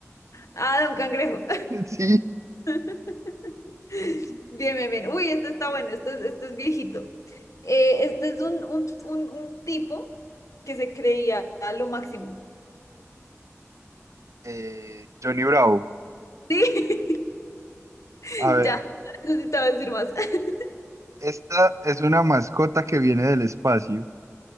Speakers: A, on the left; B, on the right.
A: Ah, Don Cangrejo.
B: <laughs> Sí,
A: <laughs> Bien, bien, bien. Uy, este está bueno, este, es- este es viejito. Eh, este es un, un, un, un tipo que se creía a lo máximo.
B: eh, Johnny Bravo.
A: <laughs> Sí,
B: A ver,
A: ya, no necesitaba decir más. <laughs>
B: esta es una mascota que viene del espacio.